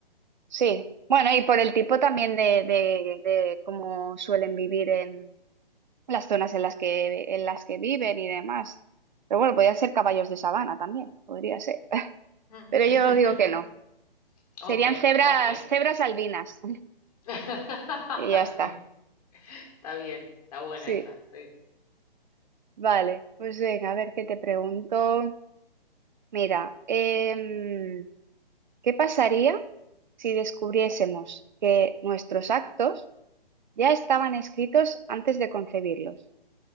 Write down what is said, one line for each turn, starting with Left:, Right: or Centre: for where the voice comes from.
Right: sí. Bueno, y por el tipo también de, de, de cómo suelen vivir en, las zonas en las que, en las que viven y demás. Pero bueno, podrían ser caballos de sabana también, podría ser. <laughs>
Left: <laughs>
Right: Pero yo digo que no. Serían
Left: Ok,
Right: cebras,
Left: ok.
Right: cebras albinas. <laughs>
Left: <laughs>
Right: Y ya está.
Left: Sí, está bien, está buena
Right: Sí.
Left: esa, sí.
Right: Vale, pues venga, a ver qué te pregunto. Mira, em, ¿qué pasaría si descubriésemos que nuestros actos ya estaban escritos antes de concebirlos?